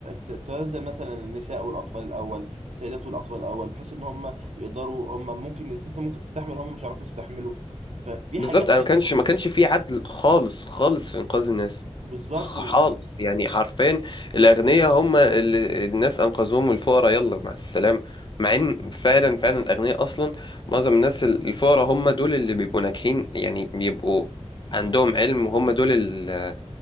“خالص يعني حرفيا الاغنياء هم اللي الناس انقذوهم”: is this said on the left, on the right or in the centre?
Left